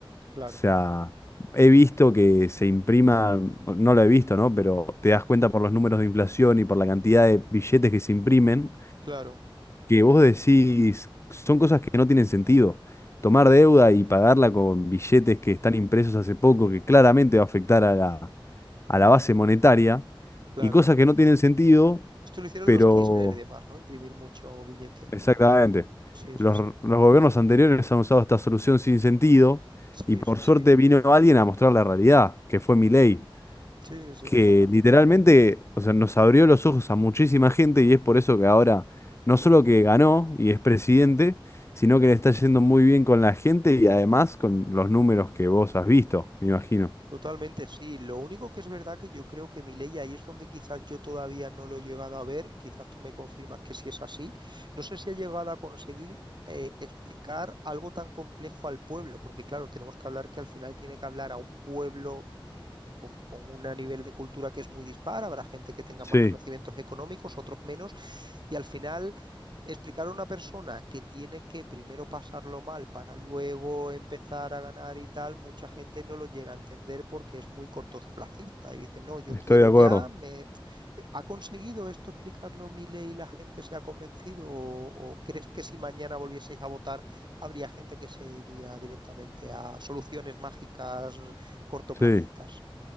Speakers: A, on the right (about 55°); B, on the left (about 30°).
A: claro,
B: O sea, he visto que se imprima, no lo he visto, ¿no? Pero te das cuenta por los números de inflación y por la cantidad de billetes que se imprimen,
A: claro,
B: que vos decís, son cosas que no tienen sentido. Tomar deuda y pagarla con billetes que están impresos hace poco, que claramente va a afectar a la, a la base monetaria,
A: claro.
B: y cosas que no tienen sentido,
A: Esto lo hicieron
B: pero
A: los Kirchner y demás, ¿no? Imprimir mucho billete.
B: Exactamente.
A: Sí,
B: Los,
A: sí, sí.
B: los gobiernos anteriores han usado esta solución sin sentido
A: Sí,
B: y por
A: sí,
B: suerte
A: sí.
B: vino alguien a mostrar la realidad, que fue Milei,
A: Sí, sí, sí,
B: que
A: totalmente.
B: literalmente, o sea, nos abrió los ojos a muchísima gente y es por eso que ahora no solo que ganó y es presidente, sino que le está yendo muy bien con la gente y además con los números que vos has visto, me imagino.
A: Totalmente, sí. Lo único que es verdad que yo creo que mi ley ahí es donde quizás yo todavía no lo he llegado a ver, quizás tú me confirmas que sí es así. No sé si ha llegado a conseguir eh, explicar algo tan complejo al pueblo, porque claro, tenemos que hablar que al final tiene que hablar a un pueblo con, con un nivel de cultura que es muy dispar, habrá gente que tenga
B: Sí,
A: más conocimientos económicos, otros menos, y al final explicar a una persona que tiene que primero pasarlo mal para luego empezar a ganar y tal, mucha gente no lo llega a entender porque es muy cortoplacista y dice, no, yo
B: estoy
A: quiero
B: de acuerdo.
A: ya, me... ¿ha conseguido esto explicarlo ley y la gente se ha convencido? ¿O, o crees que si mañana volvieseis a votar habría gente que se iría directamente a soluciones mágicas cortoplacistas?
B: Sí.